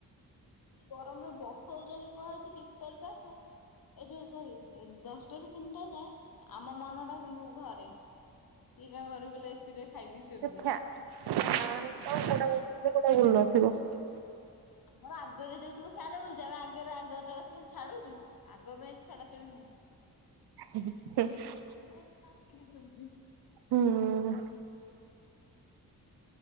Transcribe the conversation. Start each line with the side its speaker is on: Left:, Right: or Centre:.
Left: ଗରମ ରେ <unintelligible> ତିନଟାରୁ ଚାରିଟା ଏ ଯୋଉ ସରି, ଏନ୍ ଦଶଟା ରୁ ତିନିଟା ଯାଏ ଆମ ମନ ଟା କିନ୍ତୁ ଘରେ। କିଏ କା ଘରକୁ କଲେ ଏସି ରେ ଖାଇ ପିଇ ଶୋଇ
Right: ସେ
Left: ପଡ଼ିବ।
Right: ଫ୍ୟା <unintelligible>
Left: ଆମର ଆଗରେ ଯୋଉ ତୁ ଫ୍ୟାନ ବୁଲଛି ଆମେ ଆଗରେ ଆଗର <unintelligible> ଛାଡୁଛୁ, ଆଗ ବେଞ୍ଚ୍ ଛାଡା ଛଡି ନାହିଁ।
Right: <unintelligible>
Left: <unintelligible>
Right: ହୁଁ